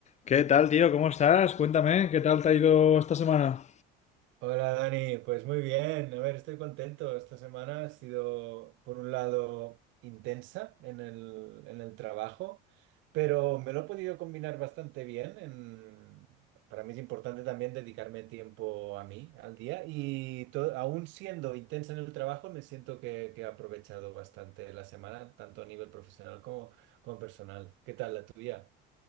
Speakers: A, on the left; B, on the right.
A: ¿Qué tal, tío? ¿Cómo estás? Cuéntame, ¿qué tal te ha ido esta semana?
B: Hola Dani, pues muy bien, a ver, estoy contento. Esta semana ha sido, por un lado, intensa en el, en el trabajo, pero me lo he podido combinar bastante bien. en- Para mí es importante también dedicarme tiempo a mí, al día, y to- aún siendo intensa en el trabajo, me siento que, que he aprovechado bastante la semana, tanto a nivel profesional como, como personal. ¿Qué tal la tuya?